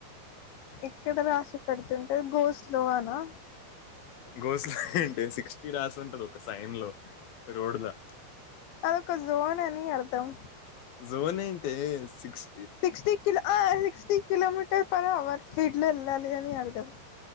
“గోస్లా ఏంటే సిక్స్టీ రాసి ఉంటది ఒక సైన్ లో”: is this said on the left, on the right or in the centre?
Left